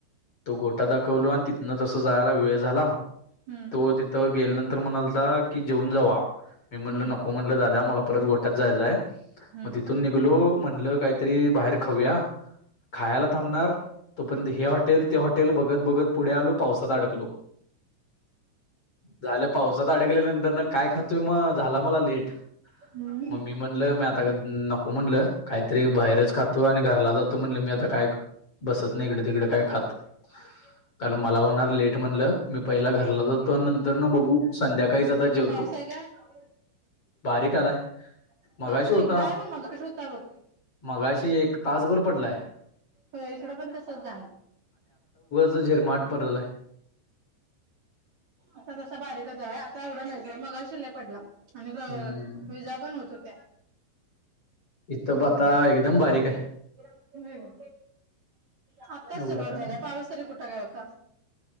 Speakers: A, on the left; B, on the right.
A: तो गोटा दाख कवलो आणि तिथनं तस जायला वेळ झाला
B: हम्म
A: तो तिथं गेल्यानंतर तर म्हणालता की जेऊन जावा मी म्हणल
B: हम्म
A: नको म्हणलं दादया मला परत गोठ्यात जायचंय. मग
B: हम्म
A: तिथून निघलो म्हणल काहीतरी बाहेर खाऊया. खायला थांबणार तोपर्यंत हे हॉटेल ते हॉटेल बघ बगत बगत पुढे आलो पावसात अडकलो. झालं पावसात अडकल्या नंतर न काय खातोय म झाला मला लेट.
B: हम्म
A: म मी म्हणलं मी आता नको म्हणलं काहीतरी बाहेरच खातो आणि घरला जातो म्हणल मी आता काय बसत नाही इकड तिकड काय खात. कारण मला होणार लेट म्हणलं मी पहिला घरला जातो आणि नंतर न बघू संध्याका काहीज आता जेवतो
B: पाऊस आहे का
A: बारीक आलाय. मगाशी
B: पाऊस नाही
A: होता
B: इकडं आहे बघ मगाशी होता बघ
A: मगाशी एक तासभर पडलाय.
B: हो इकडं पण तसच जाल.
A: झिरमाठ पडालाय.
B: आता तसा बारीकच हाय आता एवढं नाही सोड मगाशी लय पडला. आणि अ
A: हम्म
B: विजा पण होत होत्या.
A: इथ ब आता एकदम बारीक हाय.
B: हम् आताच
A: एवढा
B: सुरुवात झाल्या
A: काय
B: पाऊस तरी कुठं काय होता.